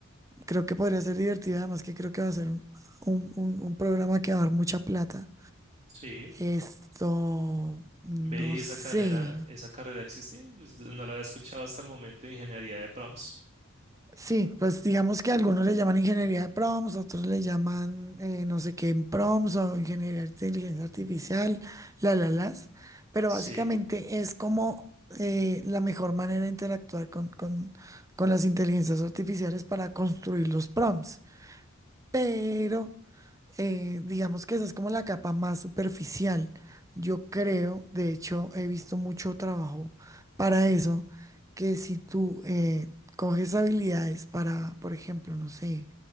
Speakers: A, on the right; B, on the right.
A: Creo que podría ser divertido, además que creo que va a ser un, un- un- un programa que va a dar mucha plata.
B: Sí,
A: Esto, no
B: ve y
A: sé,
B: esa carrera, esa carrera existe, pues, no la había escuchado hasta el momento, ingeniería de prompts.
A: Sí, pues digamos que algunos le llaman ingeniería de prompts, otros le llaman eh, no sé qué en prompts o ingeniería de inteligencia artificial, la, la, las. Pero
B: Sí,
A: básicamente es como eh, la mejor manera de interactuar con, con, con las inteligencias artificiales para construir los prompts. Pero eh, digamos que esa es como la capa más superficial. Yo creo, de hecho, he visto mucho trabajo para eso, que si tú eh, coges habilidades para, por ejemplo, no sé,